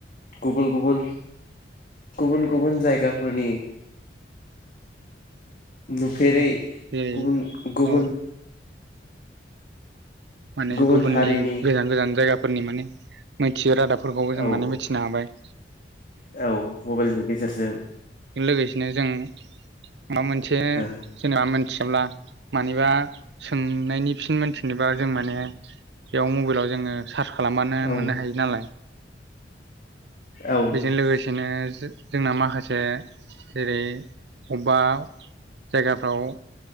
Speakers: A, on the left; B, on the right.
A: गुबुन गुबुन गुबुन गुबुन जायगाफोरनि नुफेरै
B: औ जेरै
A: गुबुन गुबुन
B: औ माने
A: गुबुन
B: गुबुननि
A: हारिनि
B: गोजान गोजान जायगाफोरनि माने मिथियोै रादाबफोरखौबो जों
A: औ
B: माने मिथिनो हाबाय
A: औ मबाइलनि गेजेरजों
B: बेजों लोगोसेनो जों माबा मोनसे
A: औ
B: जेनेबा मोनथियाब्ला मानिबा सोंनायनि फिन मोनथि जेनेबा जों माने बेयाव मबाइलाव जोङो सार्च खालामबानो
A: औ
B: मोननो हायो नालाय
A: औ
B: बेजों लोगोसेनो जोंना माखासे जेरै अबेबा जायगाफ्राव